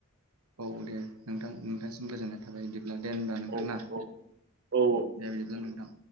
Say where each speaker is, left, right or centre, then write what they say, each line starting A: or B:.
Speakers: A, on the right; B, on the right.
A: औ दे नोंथां नोंथांसिम गोजोननाय थाबाय बिदिब्ला दे होनबा नोंथां
B: औ औ
A: ना <inaudible>
B: औ औ
A: दे बिदिब्ला नोंथां